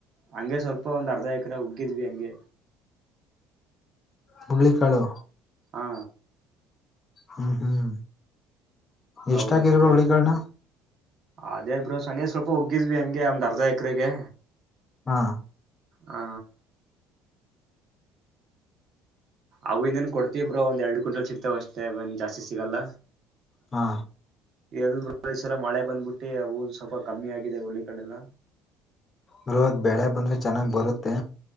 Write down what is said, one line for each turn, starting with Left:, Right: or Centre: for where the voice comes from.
Right: ಹಂಗೆ ಸ್ವಲ್ಪ ಒಂದ್ ಅರ್ಧ ಎಕರೆ ಉಗ್ಗಿದ್ವಿ ಹಂಗೆ
Left: ಹುಳ್ಳಿಕಾಳು
Right: ಹಾ
Left: ಹ್ಮ್ ಹ್ಮ್ ಎಷ್ಟ
Right: ಅವನ್
Left: ಆಕಿರ
Right: ಹಂಗೆ ಬೆಳಿ
Left: ಉುಳಿಕಾಲ್ನ
Right: ಅದೇ ಬ್ರೋ ಹಂಗೆ ಸ್ವಲ್ಪ ಒಗ್ಗಿದ್ವಿ ಹಂಗೆ ಒಂದ್ ಅರ್ಧ ಎಕರೆಗೆ
Left: ಹಾ
Right: ಆ ಅವು ಇನ್ನೇನ್ ಕೊಡ್ತೀವ್ರೋ ಒಂದ್ ಎರಡ್ ಕ್ವಿಂಟಲ್ ಸಿಕ್ತಾವ ಅಷ್ಟೇ ಅವೇನ್ ಜಾಸ್ತಿ ಸಿಗಲ್ಲ
Left: ಹಾ
Right: ಎಲ್ ಬ್ರೊ ಈ ಸಲ ಮಳೆ ಬಂದ್ಬಿಟ್ಟಿ ಅವು ಸ್ವಲ್ಪ ಕಮ್ಮಿ ಆಗಿದೆ ಹಳ್ಳಿಕಾಲೆಲ್ಲ
Left: ಬ್ರೊ ಬೆಳೆ ಬಂದ್ರೆ ಚೆನ್ನಾಗ್ ಬರುತ್ತೆ